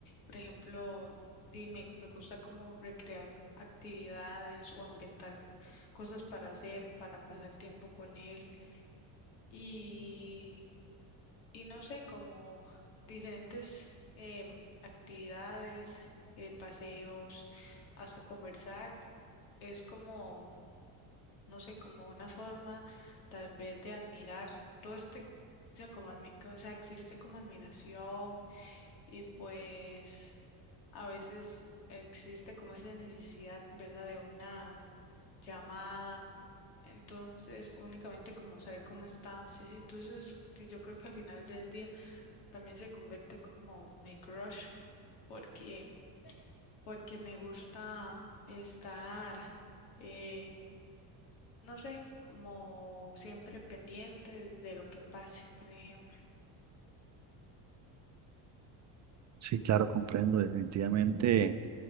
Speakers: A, on the left; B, on the right.
A: Por ejemplo, di- me, me gusta como recrear actividades o inventar cosas para hacer, para pasar tiempo con él. Y, y no sé, como diferentes em, actividades, eh, paseos, hasta conversar. Es como no sé, como una forma tal vez de admirar todo este, o sea, como admi- o sea, existe como admiración y pues a veces existe como esa necesidad, ¿verdad?, de una llamada. Entonces, únicamente como saber cómo estamos y así. Entonces, sí, yo creo que al final del día también se convierte como mi crush porque porque me gusta estar eh, no sé, como siempre pendiente de lo que pase, por ejemplo.
B: Sí, claro, comprendo. Definitivamente